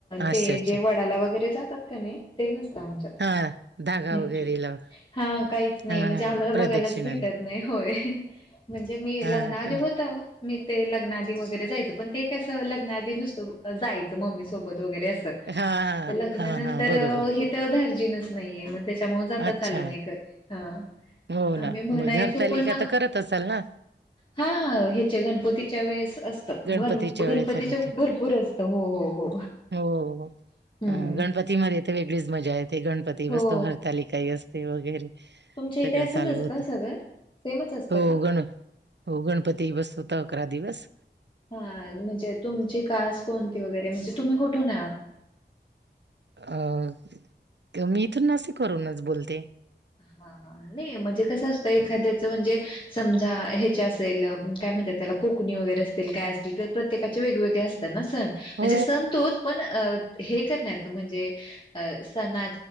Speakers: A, on the right; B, on the left.
A: अच्छा
B: ते
A: अच्छा
B: जे वडाला वगैरे जातात का नाही ते नसतं आमच्यात
A: हा धागा
B: क्चुली
A: वगैरे लाव
B: हा काहीच नाही
A: हा
B: म्हणजे
A: हा
B: आम्हाला
A: प्रदक्षिणाने
B: बघायलाच भेटत नाही होय म्हणजे मी
A: हा
B: लग्ना आधी
A: का
B: होत मी ते लग्नाआधी वगैरे जायचं पण ते कसं लग्नाआधी नुसतं जायचं मम्मी सोबत वरे अस
A: हा हा
B: लगनंत
A: हा हा
B: दारजीनच
A: बरोबर
B: नाहीये त्याच्यामुळे जाता
A: अच्छा
B: चालं नाही कर हा
A: हो ना
B: आम्ही म्हणायचो
A: मग घरतालिका
B: पण
A: तर करत असाल ना
B: हा हा ह्याच्या गणपतीच्या वेळेस अस
A: गणपतीच्या
B: ग गणपतीच्या
A: वेळेतरी
B: भरपूर असत हो हो हो
A: हो हो.
B: हम्म
A: अ गणपती मध्ये तर वेगळीच मजा येते गणपती बसतो
B: हो
A: हरितालिकाही असते वगैरे
B: तुमच्या
A: सगळं
B: इथे असंच
A: चालू
B: असतं
A: होत
B: सगळं सेमच असतं
A: हो
B: का
A: गण हो गणपती बसतो तर अकरा दिवस
B: हा म्हणजे तुमची कास कोणती वगैरे म्हणजे तुम्ही कुठून आहात
A: अं मी इथ नसे करूनच बोलते
B: हा हा नाही म्हणजे कसं असतं एखाद्याच म्हणजे समजा ह्याच्या असेल काय म्ह त्याला कोकणी वगैरे असतील काय असतील तर प्रत्येकाचे वेगवेगळे असतात सण म्हणजे
A: हो
B: सण तो पण हे करण्यात म्हणजे सणा